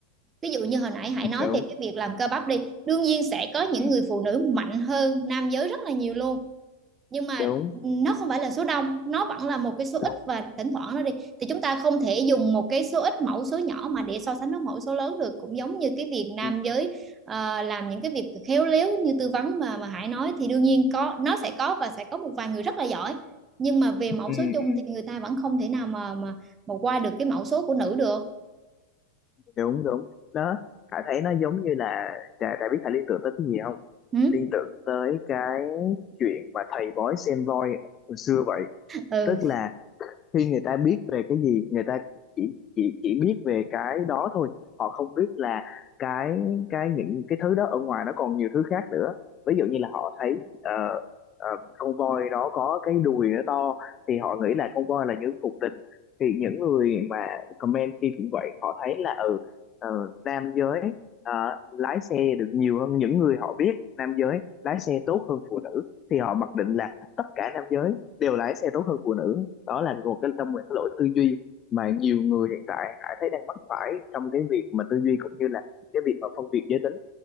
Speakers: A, on the right; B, on the left.
A: ví dụ như hồi nãy hãy nói
B: đúng
A: về cái việc làm cơ bắp đi đương nhiên sẽ có những
B: ừ,
A: người phụ nữ mạnh hơn nam giới rất là nhiều luôn nhưng mà
B: đúng
A: nó không phải là số đông nó vẫn là một cái số ít
B: đúng
A: và thỉnh thoảng nó đi thì chúng ta không thể dùng một cái số ít mẫu số nhỏ mà để so sánh với mẫu số lớn được cũng giống như cái việc nam
B: ừ,
A: giới ờ, làm những cái việc khéo léo như tư vấn mà mà Hải nói thì đương nhiên có nó sẽ có và sẽ có một vài người rất là giỏi nhưng mà về mẫu
B: ừ,
A: số chung
B: ừ,
A: thì người ta vẫn không thể nào mà mà mà qua được cái mẫu số của nữ được
B: đúng đúng đó Hải thấy nó giống như là Trà Trà biết Hải liên tưởng tới cái gì không
A: ừ.
B: liên tưởng tới cái chuyện mà thầy bói xem voi hồi xưa vậy
A: Ừ.
B: tức là khi người ta biết về cái gì người ta chỉ chỉ chỉ biết về cái đó thôi họ không biết là cái cái những cái thứ đó ở ngoài nó còn nhiều thứ khác nữa ví dụ như là họ thấy ờ, ờ, con voi đó có cái đùi nó to thì họ nghĩ là con voi là những cuộc tình thì những người mà comment kia cũng vậy họ thấy là ừ ờ, nam giới ờ, lái xe được nhiều hơn những người họ biết nam giới lái xe tốt hơn phụ nữ thì họ mặc định là tất cả nam giới đều lái xe tốt hơn phụ nữ đó là một cái trong một cái lỗi tư duy mà nhiều người hiện tại Hải thấy đang mắc phải trong cái việc mà tư duy cũng như là cái việc mà phân biệt giới tính